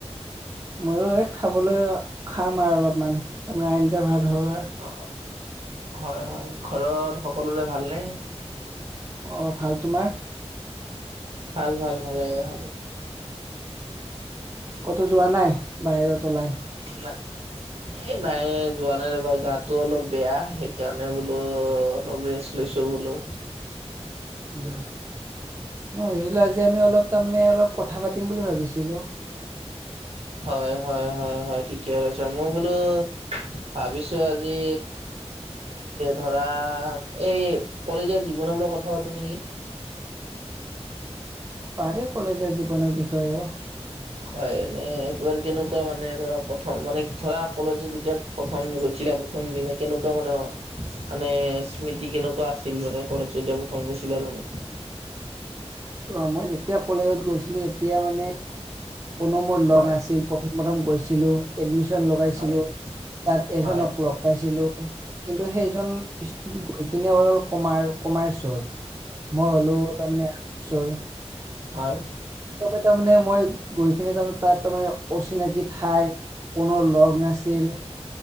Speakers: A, on the right; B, on the right.
A: মইয়ো এই খাবলৈ খাম আৰু অলপমান তাৰমানে আঞ্জা ভাত হ'ল আমাৰ।
B: অ হয় হয় ঘৰত সকলোৰে ভালনে?
A: অ ভাল, তোমাৰ?
B: ভাল ভাল ভালে ভালে।
A: ক'তো যোৱা নাই বাহিৰত ওলাই?
B: নাই। এ নাই যোৱা নাই ৰবা গাটো অলপ বেয়া সেইকাৰণে বোলো অলপ ৰেষ্ট লৈছোঁ বোলো।
A: মই ভাবিছিলোঁ আজি আমি অলপ তাৰমানে অলপ কথা পাতিম বুলি ভাবিছিলোঁ।
B: হয় হয় হয় হয় ঠিকে কৈছা মই বোলো। ভাবিছোঁ আজি ধৰা এই কলেজীয়া জীৱনক লৈ কথা পাতো নেকি?
A: অ পাৰে কলেজীয়া জীৱনৰ বিষয়েও
B: হয় এনে এইটো আৰু কেনেকুৱা মানে ধৰা প্ৰথম মানে ধৰা কলেজত যেতিয়া প্ৰথম গৈছিলা প্ৰথম দিনা কেনেকুৱা মানে মানে স্মৃতি কেনেকুৱা আছিল মানে কলেজ এতিয়া প্ৰথম গৈছিলা তুমি
A: চোৱা মই যেতিয়া কলেজত গৈছিলো তেতিয়া মানে কোনো মোৰ লগ
B: হয়
A: নাছিল প্ৰথম প্ৰথম গৈছিলোঁ। এডমিশ্যন লগাইছিলোঁ
B: হয়
A: তাত এজনক
B: হয়
A: লগ পাইছিলোঁ কিন্তু সেইজন পিছ গৈ কিনে অৰল কমাৰ কমাৰ্চৰ মই হ'লো তাৰমানে চাইন্সৰ
B: ভাল
A: ত কৈত মানে মই গৈ কিনে তাৰমানে তাত তাৰমানে অচিনাকি ঠাই কোনো লগ নাছিল